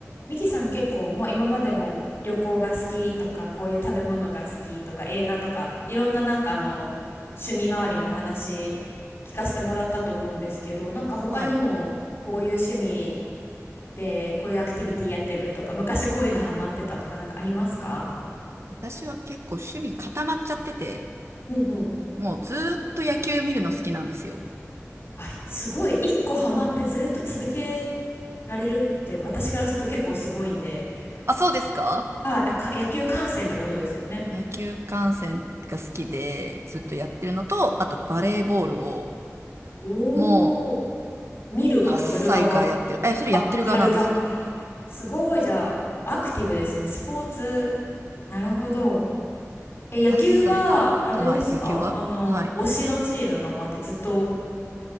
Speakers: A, on the left (about 45°); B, on the right (about 55°).
A: ミキさん結構もう今までも旅行が好きとかこういう食べ物が好きとか映画とかいろんななんかあの趣味周りの話聞かせてもらったと思うんですけどなんか他にもこういう趣味
B: はい。
A: でこういうアクティビティやってるとか昔こういうのハマってたとかなんかありますか
B: 私は結構趣味固まっちゃってて、
A: うんうん。
B: もうずーっと野球見るの好きなんですよ。
A: あ、すごい一個ハマってずっと続けられるって私からすると結構すごいんであ、
B: あ、そうですか
A: あか野球観戦ってことですよね
B: 野球観戦が好きで、ずっとやってるのと、あとバレーボールを、
A: おー、
B: もう
A: 見る側やる側
B: 8歳からやってる。え、それやってる側なんです。
A: あ、やるが。すごい、じゃあ、アクティブですね。スポーツ。なるほど。え、野球は、
B: 8歳から。
A: あれですかあの、
B: はい。野球ははい。
A: 推しのチームがもうあって、ずっと